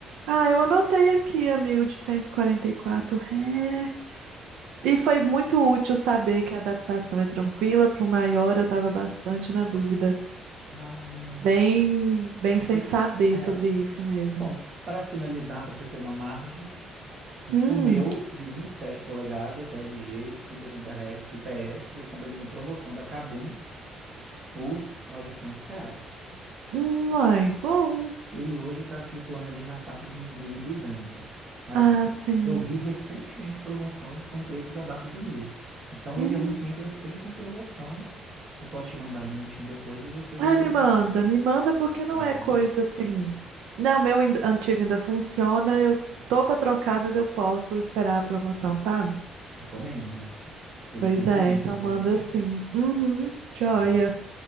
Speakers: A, on the right; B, on the right.
A: Ah, eu anotei aqui, amigo, de 144 Hz. E foi muito útil saber que a adaptação é tranquila. Para o maior, eu estava bastante na dúvida.
B: ah,
A: Bem, bem sem
B: se-
A: saber
B: é.
A: sobre isso mesmo.
B: Bom, para finalizar, para você ter uma margem,
A: Hum.
B: o meu de 27 polegadas, da LG, de 180 Hz, IPS, eu comprei numa promoção da Kabum por R$ 900 reais.
A: Hum, ai, bom.
B: Ele hoje está flutuando ali na faixa de uns 1.200, mas
A: Ah, sim.
B: eu vi recentemente promoções com preços abaixo de 1.000. Então
A: Hum.
B: ele é um que entra sempre em promoção. Eu posso te mandar bonitinho depois e você
A: Ai,
B: vai.
A: me manda, me manda porque não
B: Ah,
A: é
B: bom,
A: coisa assim. Não, o meu ainda- antigo ainda funciona, eu tô pra trocar, mas eu posso esperar a promoção, sabe?
B: recomendo. Ele
A: Pois
B: sempre
A: é,
B: entra
A: então
B: em promoção,
A: manda sim. Uhum, joia.
B: tá bom?